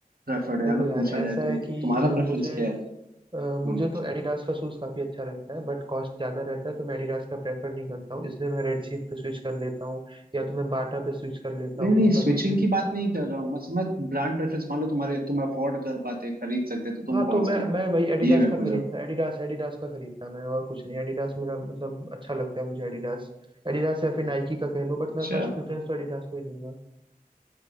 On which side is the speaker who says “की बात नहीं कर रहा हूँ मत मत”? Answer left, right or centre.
Right